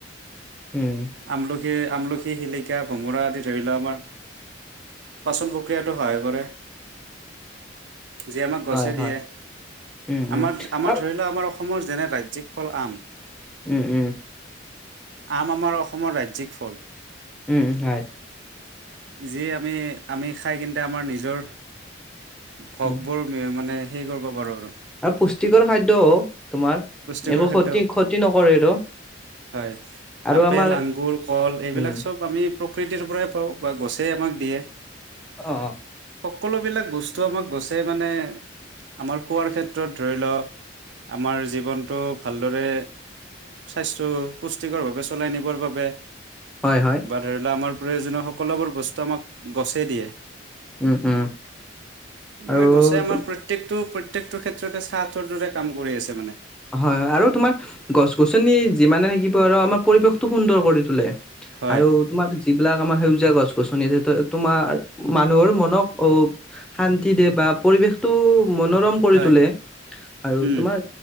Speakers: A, in the centre; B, on the right (about 65°).
A: উম
B: আমলখি আমলখি, শিলিকা, ভোমোৰা আদি ধৰি লোৱা আমাৰ পাচন প্ৰক্ৰিয়াটো সহায় কৰে। যি আমাক গছে
A: হয় হয়
B: দিয়ে,
A: উম উম
B: আমাৰ আমাৰ
A: আৰু
B: ধৰি লোৱা আমাৰ অস অসমৰ যেনে ৰাজ্যিক ফল আম
A: উম উম।
B: আম আমাৰ অসমৰ ৰাজ্যিক ফল।
A: উম হয়।
B: যি আমি আমি খায় কিন্তে আমাৰ নিজৰ ভকবোৰ
A: উম
B: মানে হেই কৰব পাৰো আৰু
A: আৰু পুষ্টিকৰ খাদ্যও তোমাৰ
B: পুষ্টিকৰ
A: একো
B: খাদ্য
A: ক্ষতি ক্ষতি নকৰে আৰু।
B: হয়।
A: আৰু
B: আপেল,
A: আমাৰ
B: আঙুৰ, কল এইবিলাক
A: উম
B: চব আমি প্ৰকৃতিৰ পৰাই পাওঁ বা গছেই আমাক দিয়ে।
A: অঁ অঁ।
B: সকলোবিলাক বস্তু আমাক গছে মানে আমাৰ খোৱাৰ ক্ষেত্ৰত ধৰি ল, আমাৰ জীৱনটো ভালদৰে স্বাস্থ্য পুষ্টিকৰ ভাৱে চলাই নিবৰ বাবে
A: হয় হয়।
B: বা ধৰি ল আমাৰ প্ৰয়োজনীয় সকলোবোৰ বস্তু আমাক গছেই দিয়ে।
A: উম উম আৰু
B: মানে গছে আমাৰ
A: তো-
B: প্ৰত প্ৰত্যেকটো প্ৰত্যেকটো ক্ষেত্ৰতে ছা টোৰ দৰে কাম কৰি আছে মানে।
A: হয়, হয়, আৰু তোমাৰ গছ-গছনি যিমানে থাকিব আৰু আমাৰ পৰিৱেশটো সুন্দৰ কৰি তোলে।
B: হয়
A: আৰু তোমাৰ যিবিলাক আমাৰ সেউজীয়া গছ- গছনি আছে সেইটো, তোমাৰ মানুহৰ মনক অ শান্তি দিয়ে বা পৰিৱেশটো মনোৰম কৰি
B: হয়
A: তোলে, আৰু
B: উম
A: তোমাৰ